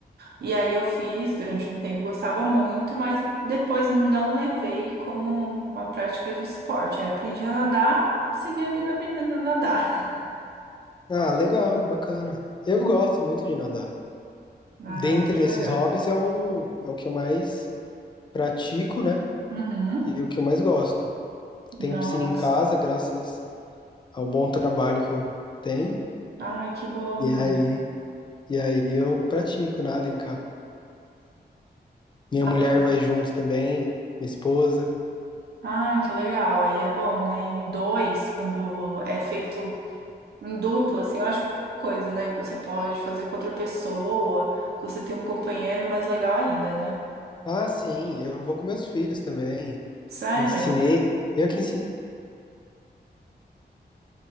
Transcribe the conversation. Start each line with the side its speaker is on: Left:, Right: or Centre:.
Right: E aí eu fiz durante um tempo, gostava muito, mas depois não levei como uma prática de esporte. Aí aprendi a nadar, segui a vida aprendendo a nadar.
Left: Ah, legal, bacana. Eu
Right: Hum,
Left: gosto muito de nadar.
Right: Ai,
Left: Dentre
Right: que legal.
Left: esses hobbies é o, é o que eu mais pratico, né?
Right: Uhum.
Left: E o que eu mais gosto.
Right: Nossa.
Left: tenho piscina em casa, graças ao bom trabalho que eu tenho.
Right: Ai, que bom.
Left: E aí, e aí eu pratico nada em casa. Minha
Right: Ah,
Left: mulher vai junto também, minha esposa.
Right: ai, que legal. Aí é bom, né? Em dois, quando é feito em dupla, assim, eu acho que qualquer coisa, né? Que você pode fazer com outra pessoa. Se você tem um companheiro, é mais legal ainda, né?
Left: Ah, sim, eu vou com meus filhos também.
Right: Sério?
Left: Ensinei, eu que ensinei